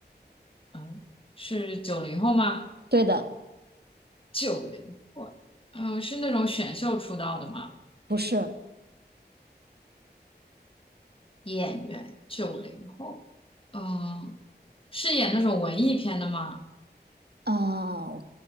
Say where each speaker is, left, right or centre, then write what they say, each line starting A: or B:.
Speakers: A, on the left; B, on the right.
A: 嗯，是九零后吗？
B: 对的，
A: 九零呃，是那种选秀出道的吗？
B: 不是，
A: 演员，九零后，嗯、是演那种文艺片的吗？
B: 呃，